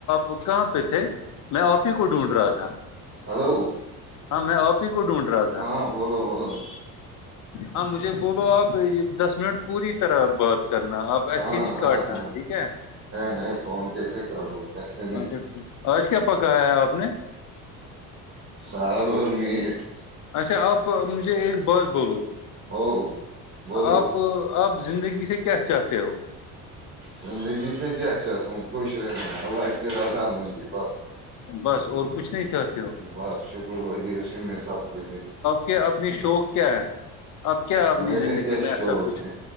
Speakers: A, on the left; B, on the right.
A: آپ کہاں پہ تھے میں آپ ہی کو ڈھونڈ رہا تھا
B: ہلو
A: ہاں میں آپ ہی کو ڈھونڈ رہا تھا
B: ہاں بولو بولو
A: ہاں مجھے بولو آپ یہ دس منٹ پوری طرح بات کرنا آپ
B: ہاں ہاں
A: ٹنا
B: ہاں
A: ٹھیک ہے
B: نہیں نہیں فون کیسے کاٹوں گا ایسے نہیں
A: اچھا ٹھیک آج کیا پکا ہے آپ نے
B: ساگگر میٹ <unintelligible>
A: اچھا آپ مجھے ایک بات بولو
B: او بولو
A: آپ آپ زندگی سے کیا چاہتے ہو
B: زندگی سے کیا کیا تم خوش رہ اللہ کی رضامندی بس
A: بس اور کچھ نہیں چاہتے ہو
B: بس شکر بھائی اسی میں سب کچھ ہے
A: کہ اپنی شوق کیا ہے اب کیا اپنی
B: میرے
A: زندگی
B: کیا
A: میں ایسا
B: شوق
A: کچھ
B: ہے